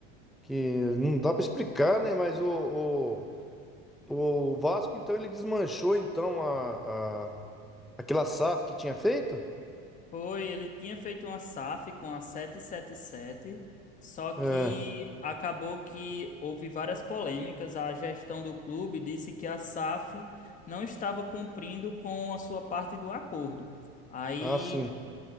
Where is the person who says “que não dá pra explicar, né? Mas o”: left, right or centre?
Centre